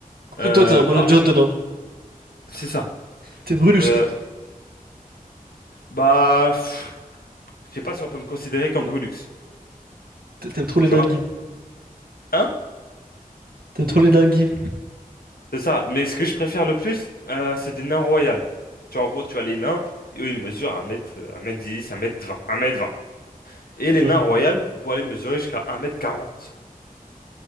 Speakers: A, on the left (about 80°); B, on the right (about 85°).
A: Euh,
B: Mais Toi, t'es un
A: bah,
B: manager de nains.
A: c'est ça.
B: T'es Brulus,
A: Euh,
B: quoi.
A: bah, pff, je sais pas si on peut me considérer comme Brulux,
B: T'a- T'aimes trop les
A: tu
B: dingues.
A: vois. Hein?
B: T'aimes trop les dingues.
A: C'est ça, mais ce que je préfère le plus, euh, c'est des nains royales. Tu vois, en gros, tu as les nains, et eux, ils mesurent un mètre euh, 1m10, 1m20, 1m20. Et les
B: Ouais,
A: nains royales vont aller mesurer jusqu'à un mètre quarante